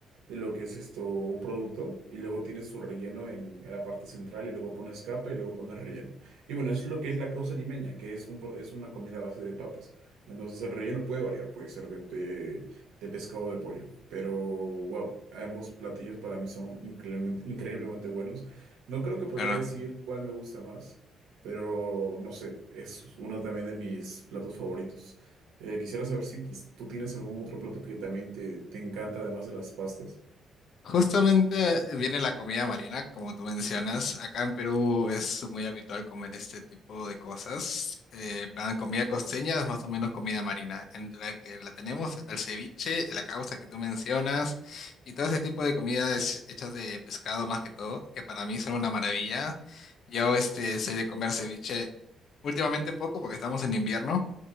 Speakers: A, on the right; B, on the left.
A: de lo que es esto, un producto, y luego tienes su relleno en, en la parte central, y luego pones capa y luego pones relleno. Y bueno, es lo que es la causa limeña, que es, un, pro- es una comida a base de papas. Entonces el relleno puede variar, puede ser de, pe- de pescado o de pollo, pero wow, ambos platillos para mí son increíblemente increíblemente buenos. No creo que podría
B: claro.
A: decir cuál me gusta más, pero no sé, es uno también de mis platos favoritos. Eh, quisiera saber si quis- tú tienes algún otro plato que también te, te encanta, además de las pastas.
B: Justamente eh, viene la comida marina, como tú mencionas. Acá en Perú es muy habitual comer este tipo de cosas. Eh, plan comida costeña es más o menos comida marina. Entre la que la tenemos está el ceviche, la causa que tú mencionas, y todo ese tipo de comidas hechas de pescado más que todo, que para mí son una maravilla. Yo este, soy de comer ceviche últimamente poco porque estamos en invierno.